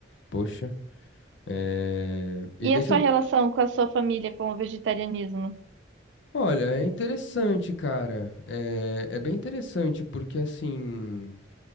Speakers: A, on the left; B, on the right.
A: Poxa. É... E
B: E
A: deixa
B: a sua
A: eu.
B: relação com a sua família com o vegetarianismo?
A: Olha, é interessante, cara. É... é bem interessante, porque assim.